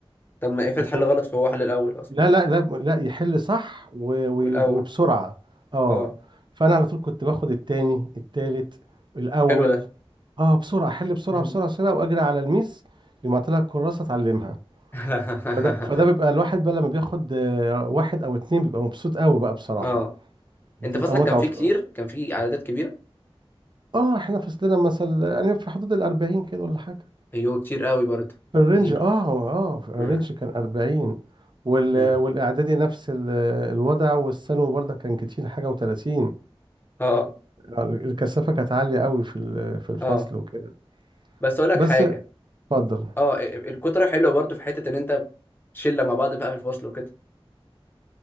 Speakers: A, on the left; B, on the right.
A: طب ما افرض
B: يعني
A: حل غلط فهو حل الاول اصلا
B: لا لا لا لا يحل صح و... و...
A: والاول
B: وبسرعة اه
A: اه
B: فأنا على طول كنت باخد التاني التالت الأول
A: حلو ده
B: اه بسرعه احل بسرعه
A: مم.
B: بسرعه بسرعه واجري على الميس لما طلع الكراسه اتعلمها
A: <laughs>
B: فده فده بيبقى الواحد بقى لما بياخد آه، واحد او اتنين بيبقى مبسوط قوي بقى بصراحه
A: اه
B: بتبقى
A: انت فصلك
B: متعه
A: كان فيه
B: وف...
A: كتير كان فيه عددات كبيره
B: اه احنا فصلنا مثلا يعني في حدود ال 40 كده ولا حاجه
A: ايوه كتير قوي برضه
B: في الرينج
A: كتير
B: اه اه في الرينج
A: مم.
B: كان 40 وال...
A: مم.
B: والاعدادي نفس ال... الوضع والثانوي برضه كان كتير حاجه و30
A: اه
B: الكثافه كانت عاليه قوي في ال- في الفصل
A: اه
B: وكده
A: بس اقول لك
B: بس
A: حاجه
B: اتفضل
A: اه الكترة حلوة برضو في حتة ان انت شلة مع بعض بقى في الفصل وكده